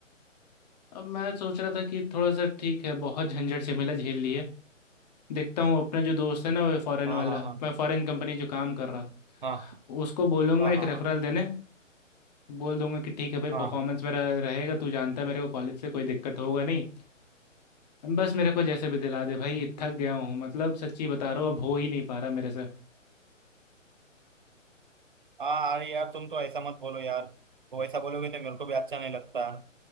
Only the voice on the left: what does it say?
अब मैं सोच रहा था कि थोड़ा सा ठीक है बहुत झंझट झमेला झेल लिए देखता हूँ अपना जो दोस्त है ना वो फॉरेन
वाला
मैं फॉरेन कंपनी जो काम कर रहा
उसको बोलूंगा
एक
रेफरल
देने बोल दूंगा कि ठीक है भाई परफॉर्मेंस
मेरा रहेगा तू जानता है मेरे को कॉलेज से कोई दिक्कत होगा नहीं बस मेरे को जैसे भी दिला दे भाई थक गया हूँ मतलब सच्ची बता रहा हूँ अब हो ही नहीं पा रहा मेरे से